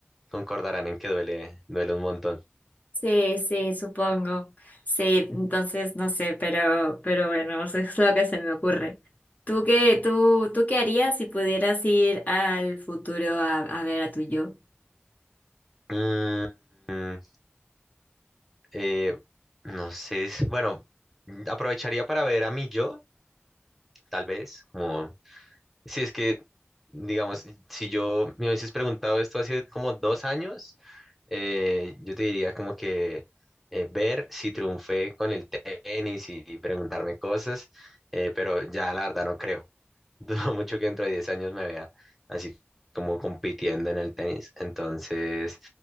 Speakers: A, in the centre; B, on the left (about 35°).
A: concordarán en que duele, duele un montón.
B: Sí, sí, supongo. Sí, entonces no sé, pero, pero bueno, <laughs> eso es lo que se me ocurre. ¿Tú qué, tú, tú qué harías si pudieras ir al futuro a, a ver a tu yo?
A: Mm, Eh, no sé, es- bueno, aprovecharía para ver a mi yo, tal vez, como si es que, digamos, si yo me hubieses preguntado esto hace como dos años, eh, yo te diría como que eh, ver si triunfé con el tenis y preguntarme cosas, eh, pero ya la verdad no creo. <laughs> Dudo mucho que dentro de 10 años me vea así como compitiendo en el tenis. Entonces,